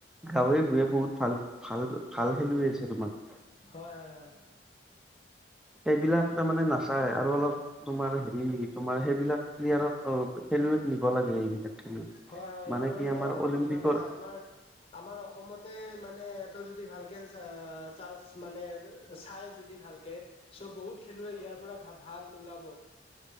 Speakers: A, in the centre; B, on the left (about 30°).
A: গাঁৱে ভূঞে বহুত ভাল, ভাল, ভাল খেলুৱৈ আছে তোমাৰ।
B: হয়-হয়-হয়।
A: সেইবিলাক তাৰ মানে নাচায় আৰু অলপ তোমাৰ হেৰি তোমাৰ সেইবিলাক প্লিয়াৰক খেলুৱৈক নিব লাগে এইবিলাক। খেলুৱৈ
B: হয়-হয়
A: মানে
B: এইটো বাৰু
A: কি
B: ময়ো
A: আমাৰ
B: ভাবো
A: অলিম্পিকৰ
B: মানে আমাৰ আমাৰ অসমতে মানে এতা যদি ভালকে চাৰ্জ মান চাই যদি ভালকে চ' বহুত খেলুৱাই ইয়াৰ পৰা ভা ভাল ওলাব।